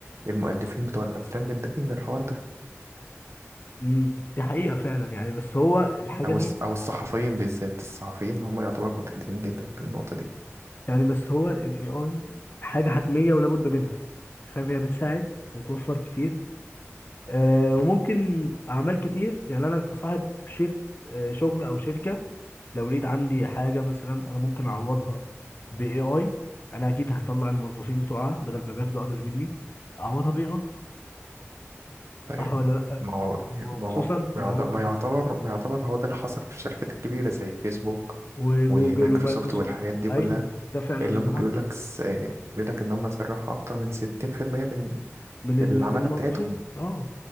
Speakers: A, on the right; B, on the left.
A: المؤلفين بتوع الأفلام متضايقين من الحوار ده
B: امم دي حقيقه فعلا يعني بس هو الحاجه
A: أو
B: دي
A: الص- أو الصحفيين بالذات الصحفيين هم يعتبر متهددين جدا في النقطة دي
B: يعني بس هو الاي اي حاجه حتميه ولا بد منها فاهم هي بتساعد وتوفر كتير آه وممكن اعمال كتير يعني انا كصاحب شغل آه شغل او شركه لو لقيت عندي حاجه مثلا انا ممكن اعوضها باي اي انا اكيد هطلع الموظفين بتوعها بدل ما بياخدوا اجر مني اعوضها باي اي
A: طيب
B: صح ولا لا
A: ما هو
B: وخصوصا
A: ما هو
B: اللي
A: يعت-
B: هو
A: ما يعتبر ما يعتبر هو ده اللي حصل في الشركات الكبيرة زي فيسبوك
B: وجوجل
A: ومايكروسوفت
B: ومايكروسوفت
A: والحاجات دي
B: ايوه
A: كلها
B: ده فعلا
A: اللي
B: اللي
A: هم بيقول
B: حصل
A: لك س... بيقول لك إن هم سرحوا أكتر من 60% من
B: من ال-
A: العمالة
B: من الموظفين
A: بتاعتهم
B: اه